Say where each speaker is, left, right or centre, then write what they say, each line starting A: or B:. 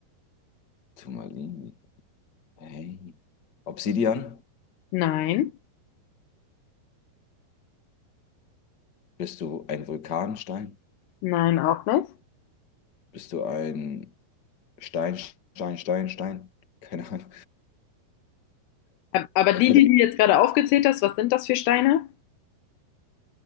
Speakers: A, on the left; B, on the left.
A: Turmalin? Hey. Obsidian?
B: Nein,
A: Bist du ein Vulkanstein?
B: nein, auch nicht.
A: Bist du ein Stein, Stein, Stein, Stein? Keine Ahnung.
B: Ab- Aber die,
A: Okay,
B: die
A: das
B: du jetzt gerade aufgezählt hast, was sind das für Steine?